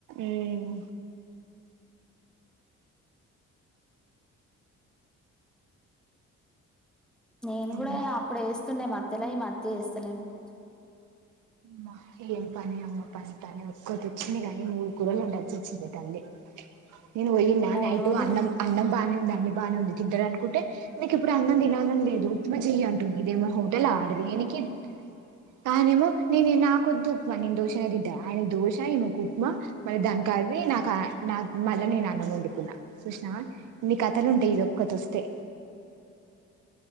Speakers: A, on the right; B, in the centre.
A: ఉమ్
B: నేను
A: అమ్మ
B: కూడా అప్పుడే వేస్త వేస్తుండే మధ్యలో ఈ మధ్య ఏస్తలేను ఫ్రెండ్స్
A: మ్ ఏం పని అమ్మ పని పని ఒక్కటి వచ్చింది కాని మూడు కూరు లు ఉండచ్చ వచ్చింది తల్లి నేను పోయిండా
B: మూడు
A: నైటు
B: రోజులు
A: అన్నం అన్నం బానే అన్ని బాగానే ఉంది తిటాలీ అనుకుంటే నీకు ఇప్పుడు అన్నం తినాలని లేదు ఇప్పుడు చేయి అంటుంది ఇదేమో హోటల్ ఆర్డర్ చేయటానికి తనేమో నేను నాకొద్దు ఉప్మా నేను దోష తింట ఆయన దోష ఈమే కు ఉప్మా మళ్ళీ దానికి అది మళ్ళీ నేను అన్నం వండుకున్న చూసావా ఇన్ని కథలు ఉంటాయి ఇక్కడికి వస్తె